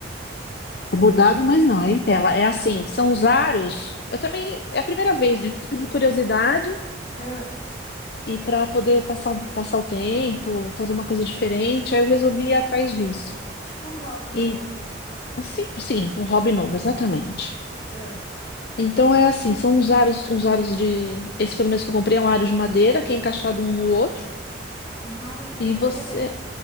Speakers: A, on the left (about 55°); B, on the left (about 40°).
A: É bordado, mas não, é em tela. É assim, são os aros. Eu também, é a primeira vez, de, de curiosidade
B: Ah,
A: e para poder passar, o- passar o tempo, fazer uma coisa diferente, aí eu resolvi ir atrás disso.
B: tipo um hobby
A: E
B: novo.
A: Sim, sim, um hobby novo, exatamente.
B: Ah,
A: Então é assim, são uns aros, uns aros de. Esse pelo menos que eu comprei é um aro de madeira que é encaixado um no outro.
B: um aro de
A: E
B: madeira?
A: você.